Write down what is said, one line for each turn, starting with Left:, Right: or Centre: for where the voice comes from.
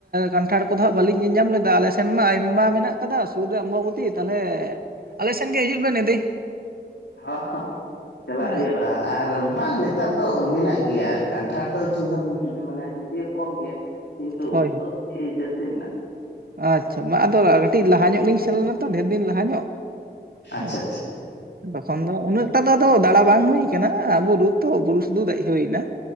Right: ᱠᱟᱱᱴᱷᱟᱲ ᱠᱚᱫᱚ ᱦᱟᱜ ᱵᱟᱹᱞᱤᱧ ᱧᱮᱞᱧᱟᱢ ᱞᱮᱫᱟ ᱟᱞᱮ ᱥᱮᱱ ᱢᱟ ᱟᱭᱢᱟ ᱢᱮᱱᱟᱜ ᱠᱟᱫᱟ᱾ ᱥᱩᱨ ᱨᱮ ᱚᱢᱵᱟᱵᱚᱛᱤ ᱛᱟᱦᱚᱞᱮ ᱟᱞᱮᱥᱮᱱ ᱜᱮ ᱦᱤᱡᱩᱜ ᱵᱮᱱ ᱤᱫᱤ᱾
Left: ᱦᱚ ᱦᱚ ᱪᱟᱞᱟᱜ
Right: ᱦᱮᱸ
Left: ᱦᱩᱭᱩᱜᱼᱟ ᱟᱨ ᱵᱟᱝ ᱱᱤᱛ ᱱᱮᱛᱟᱨ ᱫᱚ ᱢᱮᱱᱟᱜ ᱜᱮᱭᱟ᱾ ᱠᱟᱱᱴᱷᱟᱲ ᱫᱚ ᱢᱟᱱᱮ ᱡᱩᱫᱤᱭᱳ ᱠᱚᱢ ᱜᱮᱭᱟ᱾ ᱠᱤᱱᱛᱩ
Right: ᱦᱳᱭ
Left: ᱩᱞ ᱫᱚ ᱟᱹᱰᱤ ᱡᱟᱹᱥᱛᱤ ᱢᱮᱱᱟᱜᱼᱟ᱾
Right: ᱟᱪᱪᱷᱟ ᱢᱟ ᱟᱫᱚ ᱠᱟᱹᱴᱤᱡ ᱞᱟᱦᱟ ᱧᱚᱜ ᱞᱤᱧ ᱥᱮᱱ ᱞᱮᱱᱟ ᱛᱚ ᱰᱷᱮᱨ ᱫᱤᱱ ᱞᱟᱦᱟ ᱧᱚᱜ᱾
Left: ᱟᱪᱪᱷᱟ
Right: <inaudible>
Left: ᱟᱪᱪᱷᱟ
Right: ᱛᱚᱠᱷᱚᱱ ᱫᱚ ᱩᱱᱟᱹᱜᱴᱟ ᱫᱚ ᱟᱫᱚ ᱫᱟᱲᱟ ᱵᱟᱝ ᱦᱩᱭ ᱟᱠᱟᱱᱟ ᱟ ᱵᱩᱨᱩ ᱛᱚ ᱵᱩᱨᱩ ᱥᱩᱫᱷᱩ ᱫᱮᱡ ᱦᱩᱭ ᱮᱱᱟ᱾